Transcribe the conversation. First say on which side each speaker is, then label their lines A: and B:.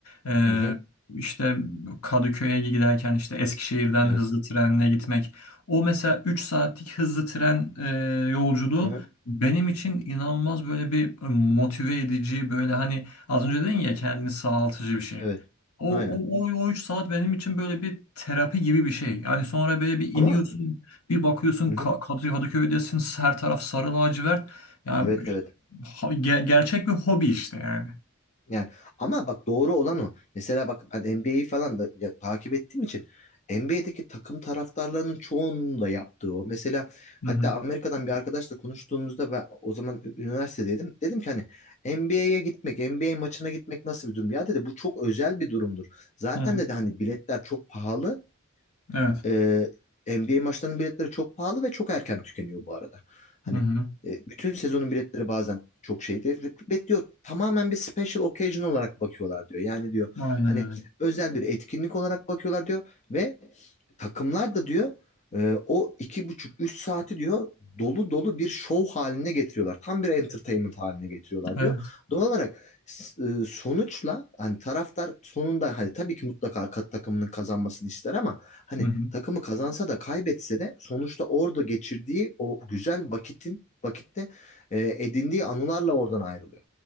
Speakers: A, on the left (about 80°); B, on the left (about 35°).
A: E,
B: Hı-hı.
A: işte Kadıköy'e giderken işte Eskişehir'den
B: Evet.
A: hızlı trenle gitmek. O mesela 3 saatlik hızlı tren e, yolculuğu
B: Hı-hı.
A: benim için inanılmaz böyle bir motive edici böyle hani az önce dedin ya kendini sağaltıcı bir şey.
B: Evet.
A: O,
B: Aynen.
A: o, o, o 3 saat benim için böyle bir terapi gibi bir şey. Yani sonra böyle bir iniyorsun
B: Ama
A: bir bakıyorsun
B: Hı-hı.
A: Ka- Kadı- Kadıköy'desin her taraf sarı lacivert. Yani
B: Evet
A: işte,
B: evet.
A: ha- ge- gerçek bir hobi işte yani.
B: Yani ama bak doğru olan o. Mesela bak ben NBA'yi falan da ya- takip ettiğim için NBA'deki takım taraftarlarının çoğunun da yaptığı o. Mesela
A: hı.
B: hatta Amerika'dan bir arkadaşla konuştuğumuzda ben o zaman ü- üniversitedeydim. Dedim ki hani NBA'ye gitmek, NBA maçına gitmek nasıl bir durum? Ya dedi bu çok özel bir durumdur. Zaten
A: Hı hı.
B: dedi hani biletler çok pahalı.
A: Evet.
B: Ee, NBA maçlarının biletleri çok pahalı ve çok erken tükeniyor bu arada. Hani
A: Hı hı.
B: e, bütün sezonun biletleri bazen çok şeydi. Ve ve diyor tamamen bir special occasion olarak bakıyorlar diyor. Yani diyor
A: Aynen
B: hani
A: öyle.
B: özel bir etkinlik olarak bakıyorlar diyor ve takımlar da diyor e, o iki buçuk üç saati diyor dolu dolu bir show haline getiriyorlar. Tam bir entertainment haline getiriyorlar
A: Evet.
B: diyor. Doğal olarak S- e, sonuçla hani taraftar sonunda hani tabii ki mutlaka ka- takımının kazanmasını ister ama hani
A: Hı hı.
B: takımı kazansa da kaybetse de sonuçta orada geçirdiği o güzel vakitin vakitte e, edindiği anılarla oradan ayrılıyor.